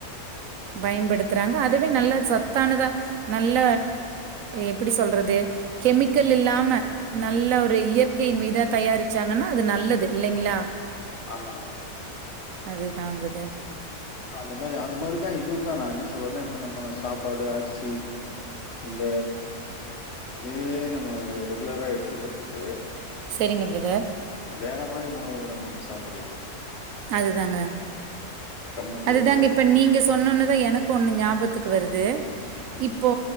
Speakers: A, on the right; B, on the left.
A: அ பயன்படுத்துறாங்க அதுவே நல்ல சத்தானதா நல்ல எப்டி சொல்றது கெமிக்கல் இல்லாம நல்ல ஒரு இயற்கை மீதா தயாரிச்சாங்கனா அது நல்லது இல்லைங்ளா
B: ஆமாங்க
A: அதுதா பிரதர்
B: அந்த மாரி அது மாரிதா இதுவுந்தா நா என்ன சொல்றேனா இப்ப நம்ம சாப்பாடு அரிசி இந்த இதுவே நம்ம ஒரு ரெகுலரா எடுத்துக்கிற்துக்கு
A: சரிங்க பிரதர்.
B: வேற மாரி உணவுகள நம்ம சாப்புட்லா
A: அதுதாங்க
B: கம்மஞ்சோறு
A: அதுதாங்க இப் ப நீங்க சொன்னுன்னுதா எனக்கு ஒன்னு ஞாபத்துக்கு வருது
B: ம்
A: இப்போ